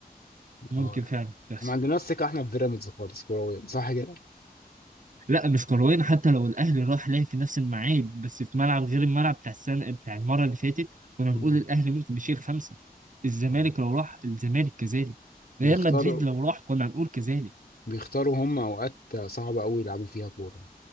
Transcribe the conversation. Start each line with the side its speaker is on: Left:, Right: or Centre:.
Right: ممكن
Left: اه يعني
Right: فعلا بس
Left: ما عندناش ثقه احنا في بيراميدز خالص كرويا صح كده؟
Right: لا مش كرويا حتى لو الاهلي راح لعب في نفس الميعاد بس في ملعب غير الملعب بتاع السنه بتاع المره اللي فاتت كنا
Left: مم.
Right: نقول الاهلي ممكن يشيل خمسه الزمالك
Left: آه.
Right: لو راح الزمالك كذلك
Left: بيختاروا
Right: ريال مدريد لو راح كنا هنقول كذلك
Left: بيختاروا هم اوقات صعبه قوي يلعبوا فيها كوره